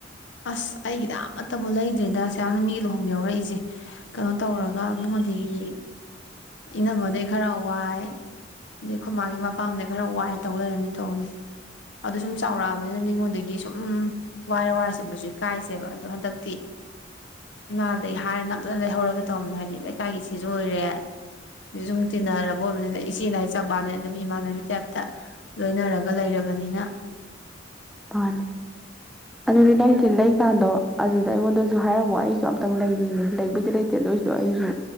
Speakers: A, on the left (about 70°); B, in the centre.
A: ꯑꯁ ꯑꯩꯒꯤꯗ ꯑꯃꯠꯇꯕꯨ ꯂꯩꯗ꯭ꯔꯤꯗ ꯑꯁꯨꯛ ꯌꯥꯝꯅ ꯃꯤ ꯂꯨꯍꯣꯡꯕ ꯌꯥꯎꯔꯛꯏꯁꯦ ꯀꯩꯅꯣ ꯇꯧꯔꯒ ꯃꯤꯉꯣꯟꯗꯒꯤ ꯏꯅꯝꯃꯗꯒꯤꯩ ꯈꯔ ꯋꯥꯏ ꯑꯗꯩ ꯑꯩꯈꯣꯏ ꯃꯥꯖꯨ ꯄꯥꯝꯗꯒꯤ ꯈꯔ ꯋꯥꯏ ꯇꯧ ꯂꯩꯔꯝꯃꯤ ꯇꯧꯔꯤꯁꯦ ꯑꯗꯨ ꯁꯨꯝ ꯆꯥꯎꯔꯛꯑꯕꯅꯤꯅ ꯃꯤꯉꯣꯟꯗꯒꯤ ꯁꯨꯝ ꯋꯥꯏꯔ ꯋꯥꯏꯔ ꯆꯠꯄꯁꯨ ꯏꯀꯥꯏꯖꯩꯕ ꯑꯗꯣ ꯍꯟꯗꯛꯇꯤ ꯏꯃꯥꯗꯩ ꯍꯥꯏꯔꯦ ꯅꯝꯗꯅ ꯂꯩꯍꯧꯔꯒ ꯇꯧꯕꯅꯦ ꯍꯥꯏꯕꯗꯤ ꯂꯩꯀꯥꯏꯒꯤ ꯁꯤꯁꯨ ꯑꯣꯏꯔꯦ ꯑꯗꯨ ꯁꯨꯝ ꯇꯤꯟꯅꯔꯕ ꯑꯣꯏꯕꯅꯤꯅ ꯏꯆꯦꯅꯦ ꯍꯥꯏꯖꯕꯩ ꯋꯥꯅꯦ ꯑꯗꯨꯝ ꯏꯃꯥꯟꯅꯕꯤ ꯇꯥꯏꯞꯇ ꯂꯣꯏꯅꯔꯒ ꯂꯩꯔꯕꯅꯤꯅ
B: ꯃꯥꯅꯤ ꯑꯗꯨꯗꯤ ꯅꯪꯒꯤ ꯂꯩꯀꯥꯟꯗꯣ ꯑꯗꯨꯗ ꯑꯩꯉꯣꯟꯗꯁꯨ ꯍꯥꯏꯔꯝꯃꯣ ꯑꯩꯁꯨ ꯑꯝꯇꯪ ꯂꯩꯅꯤꯡꯉꯦ ꯂꯩꯕꯨꯗꯤ ꯂꯩꯇꯦ ꯑꯗꯨꯏꯁꯨ ꯑꯩꯁꯨ